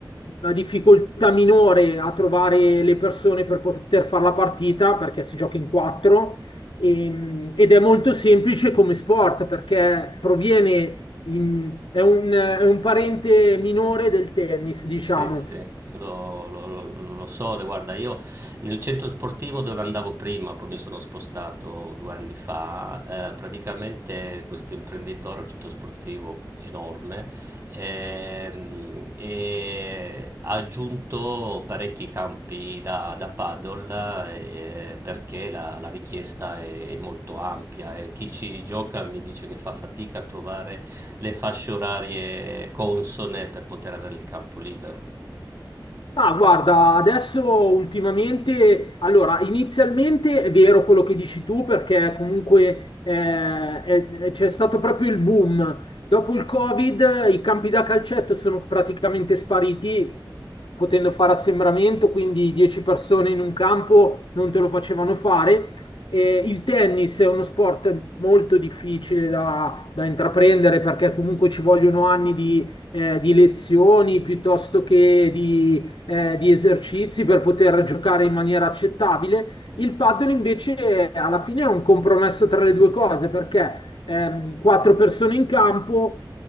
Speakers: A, on the left; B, on the right.
A: una difficoltà minore a trovare le persone per poter fare la partita perché si gioca in quattro e- ed è molto semplice come sport perché proviene in- è un, è un parente minore del tennis, diciamo.
B: Sì, sì, lo, lo- lo- lo- lo so, guarda, io nel centro sportivo dove andavo prima, poi mi sono spostato due anni fa, eh, praticamente questo imprenditore, un centro sportivo enorme, ehm, e ha aggiunto parecchi campi da, da paddle eh, perché la, la richiesta è, è molto ampia e chi ci gioca mi dice che fa fatica a trovare le fasce orarie consone per poter avere il campo libero.
A: Ma guarda, adesso ultimamente, allora, inizialmente è vero quello che dici tu, perché comunque eh, è- è- c'è stato proprio il boom. Dopo il Covid, i campi da calcetto sono praticamente spariti, potendo fare assembramento, quindi 10 persone in un campo non te lo facevano fare. E il tennis è uno sport molto difficile da, da intraprendere perché comunque ci vogliono anni di eh, di lezioni piuttosto che di eh, di esercizi per poter giocare in maniera accettabile. Il paddle invece eh, alla fine è un compromesso tra le due cose perché ehm, quattro persone in campo